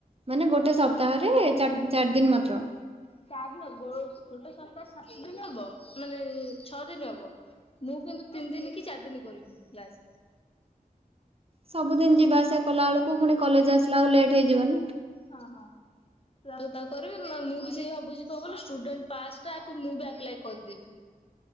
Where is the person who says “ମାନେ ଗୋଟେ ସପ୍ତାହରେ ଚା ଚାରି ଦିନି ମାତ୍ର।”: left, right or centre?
Right